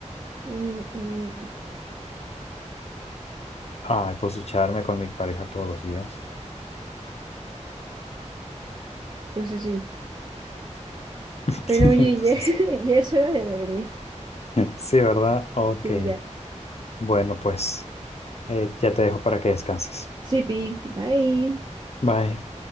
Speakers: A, on the right; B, on the left.
A: Mm, mm,
B: Ay, pues ducharme con mi pareja todos los días.
A: Pues así.
B: <laughs>
A: Pero oye,
B: Pues,
A: ya, <laughs> ya es hora de dormir.
B: sí, ¿verdad? Ok.
A: Sí, ya.
B: Bueno, pues. Eh, ya te dejo para que descanses.
A: Sí, Pi, bye.
B: Bye.